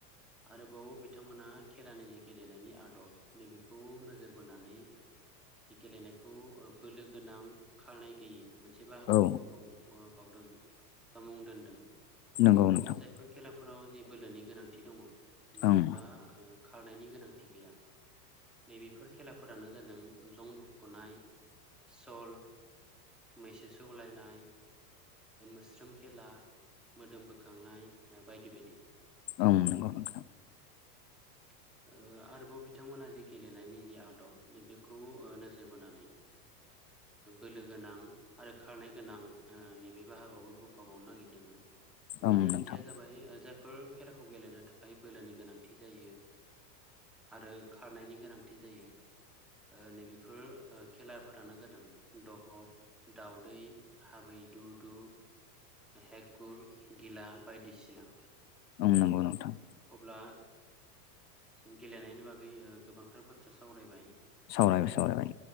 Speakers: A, in the centre; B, on the left (about 85°).
A: आरोबाव बिथांमोना। खेलानि जि गेलेनायनि आदब नैबेखौ नोजोर बोनानै। गेलेनायखौ बोलो गोनां खारनाय गैयै। मोनसे बाहागोआवबो
B: औ
A: बोखाव बावदों बा मुं दोनदों जायफोर
B: नंगौ नोंथां
A: खेलाफोराव जे बोलोनि गोनांथि दङ नाथायबा
B: ओं
A: खारनायनि गोनांथि गैया नैबेफोर खेलाफोरानो जादों जं बुखुनाय सल मैसो सौलायनाय मोस्रोम खेला मोदोम बोखांनाय बायदि बायदि
B: ओम नंगौ नोंथां
A: <inaudible> आरोबाव बिथांमोना जि गेलेनायनि जि आदब बेखौ नोजोर बोनानै बोलो गोनां आरो खारनाय गोनां नैबे बाहागोआवबो बोखाबावनो नागिरदों बेनि
B: ओं नोंथां
A: ओंथिया जाबाय जायफोर खेलाखौ गेलेनो थाखाय बोलोनि गोनांथि जायो आरो खारनायनि गोनांथि जायो नैबेफोर खेलाफोरानो जादों दहक दाउदै हाबै दु दु हेगगुर गिला बायदिसिना
B: ओ नांगौ नोंथां
A: अब्ला जों गेलेनायनि बागै गोबांथार बाथ्रा सावरायबाय
B: सावरायबाय सावरायबाय